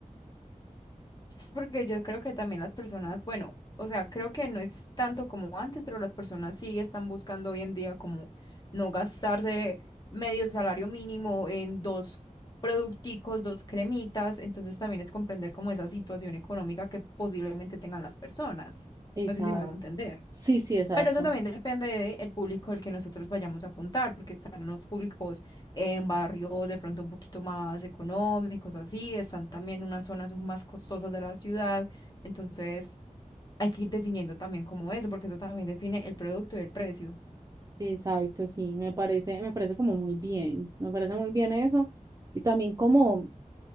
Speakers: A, on the left (about 30°); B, on the right (about 25°).
A: Sí, Porque yo creo que también las personas, bueno, o sea, creo que no es tanto como antes, pero las personas sí están buscando hoy en día como no gastarse medio salario mínimo en dos producticos, dos cremitas, entonces también es comprender como esa situación económica que posiblemente tengan las personas.
B: Exacto.
A: No sé si me hago entender.
B: Sí, sí, exacto.
A: Pero eso también depende del público al que nosotros vayamos a apuntar, porque están los públicos en barrios de pronto un poquito más económicos o así, están también unas zonas más costosas de la ciudad, entonces hay que ir definiendo también cómo es, porque eso también define el producto y el precio.
B: Exacto, sí, me parece, me parece como muy bien, me parece muy bien eso. Y también como